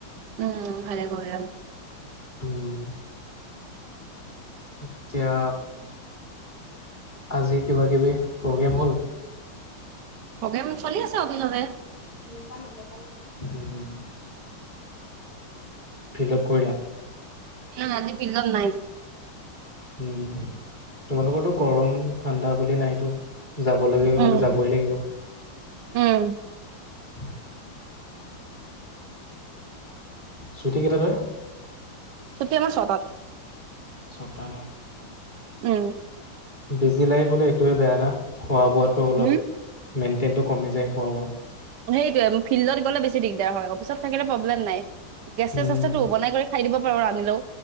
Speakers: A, on the right; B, on the left.
A: উম, ভালে কৰিলা।
B: উম, এতিয়া আজি কিবা কিবি প্ৰগ্ৰেম হ'ল?
A: প্ৰগ্ৰেম চলি আছে অফিচতে।
B: <inaudible> ফিল্ডত কৰিলা।
A: না আজি ফিল্ডত নাই
B: উম, তোমালোকৰটো গৰম ঠাণ্ডা বুলি নাইতো যাবলগীয়া
A: উম
B: হ'লে যাবই লাগিব।
A: উম।
B: <inaudible> ছুটি কেইটাত হয়?
A: ছুটি আমাৰ ছটাত
B: ছয়টা
A: উম।
B: বিজি লাইফ হ'লে এইটোৱে বেয়া না খোৱা বোৱাটো অলপ
A: হুম
B: মেইনটেইনটো কমি যায় খোৱা বোৱা।
A: সেইটোৱয়ে ফিল্ডত গ'লে বেছি দিগদাৰ হয় অফিচত থাকিলে প্ৰব্লেম নাই। গেছে
B: উম,
A: চেচ আছেতো বনাই কৰি খাই দিব পাৰো ৰান্ধিলেও